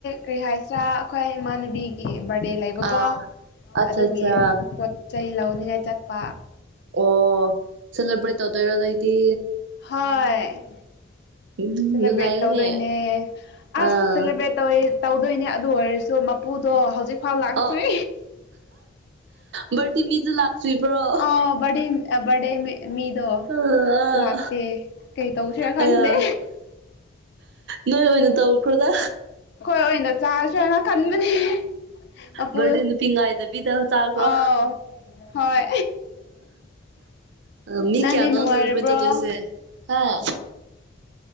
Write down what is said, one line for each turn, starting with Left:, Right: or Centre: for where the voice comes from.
Left: ꯀꯔꯤ ꯍꯥꯏꯁꯤꯔꯥ ꯑꯩꯈꯣꯏ ꯏꯃꯥꯟꯅꯕꯤꯒꯤ ꯕꯔꯗꯦ ꯂꯩꯕꯀꯣ
Right: ꯑꯥ ꯑꯠꯆꯥ
Left: ꯑꯗꯨꯒꯤ
Right: ꯑꯠꯆꯥ
Left: ꯄꯣꯠ ꯆꯩ ꯂꯧꯅꯤꯉꯥꯏ ꯆꯠꯄ
Right: ꯑꯣ ꯁꯦꯂꯦꯕ꯭ꯔꯦꯠ ꯇꯧꯗꯣꯏꯔꯣ ꯅꯣꯏꯗꯤ
Left: ꯍꯣꯏ
Right: ꯎꯝ
Left: ꯁꯦꯂꯦꯕ꯭ꯔꯦꯠ
Right: ꯅꯨꯡꯉꯥꯏꯔꯦꯅꯦ
Left: ꯇꯧꯗꯣꯏꯅꯦ ꯑꯁ
Right: ꯑꯥ
Left: ꯁꯦꯂꯦꯕ꯭ꯔꯦꯠ ꯇꯧꯋꯤ ꯇꯧꯗꯣꯏꯅꯦ ꯑꯗꯨ ꯑꯣꯏꯔꯁꯨ ꯃꯄꯨꯗꯣ ꯍꯧꯖꯤꯛꯐꯥꯎ ꯂꯥꯛꯇ꯭ꯔꯤ
Right: ꯑꯣ ꯕꯥꯔꯗꯦ ꯃꯤꯗꯨ ꯂꯥꯛꯇ꯭ꯔꯤꯕ꯭ꯔꯣ
Left: ꯑ ꯕꯔꯗꯦ ꯃꯤꯗꯣ
Right: ꯑꯥ
Left: ꯂꯥꯛꯇꯦ ꯀꯩ ꯇꯧꯁꯤꯔꯥ ꯈꯪꯗꯦ
Right: ꯑꯌꯥ ꯅꯣꯏ ꯑꯣꯏꯅ ꯇꯧꯈ꯭ꯔꯣꯗ
Left: ꯑꯣꯏꯅ ꯆꯥꯁꯤ꯭ꯔꯅ ꯈꯟꯕꯅꯦ ꯃꯄꯨ
Right: ꯕꯔꯗꯦ ꯅꯨꯄꯥ ꯉꯥꯡꯗꯕꯤ ꯆꯥꯈ꯭ꯔꯣ
Left: ꯑꯥꯎ ꯍꯣꯏ
Right: ꯑ ꯃꯤ
Left: ꯅꯪꯗꯤ
Right: ꯀꯌꯥꯅꯣ
Left: ꯅꯨꯡꯉꯥꯏꯔꯕ꯭ꯔꯣ
Right: ꯁꯦꯂꯦꯕꯔꯤ ꯇꯗꯨꯏꯁꯦ ꯑ